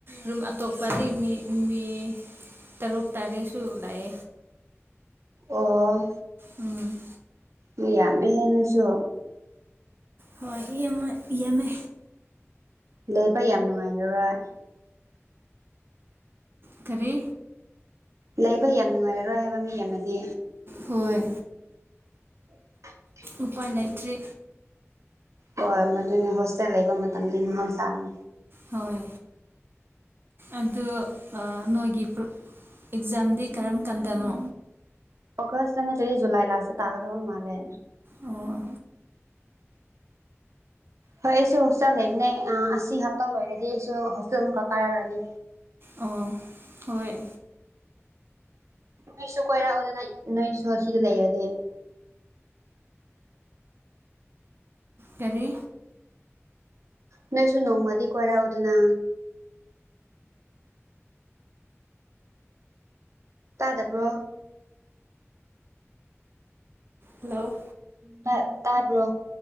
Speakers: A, on the right; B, on the right.
A: ꯔꯨꯝ ꯑꯇꯣꯞꯄꯗꯤ ꯃꯤ ꯃꯤ ꯇꯔꯨꯛ ꯇꯥꯔꯦꯠꯁꯨ ꯂꯩ
B: ꯑꯣ
A: ꯎꯝ
B: ꯃꯤ ꯌꯥꯝꯃꯦꯍꯦ ꯅꯣꯏꯁꯨ
A: ꯍꯣꯏ ꯃꯤ ꯑꯃ ꯌꯥꯝꯃꯦ
B: ꯂꯩꯕꯥ ꯌꯥꯝ ꯅꯨꯡꯉꯥꯏꯔꯔꯣꯏ
A: ꯀꯔꯤ
B: ꯂꯩꯕ ꯌꯥꯝ ꯅꯨꯡꯉꯥꯏꯔꯔꯣꯏ ꯍꯥꯏꯕ ꯃꯤ ꯌꯥꯝꯃꯗꯤ
A: ꯍꯣꯏ
B: <unintelligible>
A: ꯎꯄꯥꯏ ꯂꯩꯇ꯭ꯔꯤ
B: ꯍꯣꯏ ꯃꯗꯨꯅꯦ ꯍꯣꯁꯇꯦꯜ ꯂꯩꯕ ꯃꯇꯝꯗꯤ ꯃꯍꯧꯁꯥꯅꯤ
A: ꯍꯣꯏ ꯑꯗꯨ ꯑ ꯅꯣꯏꯒꯤ ꯑꯦꯛꯖꯥꯝꯗꯤ ꯀꯔꯝ ꯀꯥꯟꯗꯅꯣ
B: ꯑꯣꯒꯁꯇ ꯅꯠꯇ꯭ꯔꯗꯤ ꯖꯨꯂꯥꯏ ꯂꯥꯁ ꯇꯥ ꯇꯥꯒꯗꯕꯥ ꯃꯥꯜꯂꯦ
A: ꯑꯣ
B: ꯍꯣꯏ ꯑꯩꯁꯨ ꯍꯣꯁꯇꯦꯜ ꯂꯩꯕꯅꯦ ꯑ ꯑꯁꯤ ꯍꯞꯇꯥ ꯂꯣꯏꯔꯗꯤ ꯑꯩꯁꯨ ꯍꯣꯁꯇꯦꯜ ꯑꯃꯨꯛꯀ ꯀꯥꯔꯛꯑꯅꯤ
A: ꯑꯣ ꯍꯣꯏ
B: ꯅꯣꯏꯁꯨ ꯀꯣꯏꯔꯛꯎꯗꯅ ꯅꯣꯏꯁꯨ ꯑꯁꯤꯗ ꯂꯩꯔꯗꯤ
A: ꯀꯔꯤ
B: ꯅꯣꯏꯁꯨ ꯅꯣꯡꯃꯗꯤ ꯀꯣꯏꯔꯛꯎꯗꯅ ꯇꯥꯗꯕ꯭ꯔꯣ
A: ꯍꯜꯂꯣ
B: ꯇꯥ ꯇꯥꯕ꯭ꯔꯣ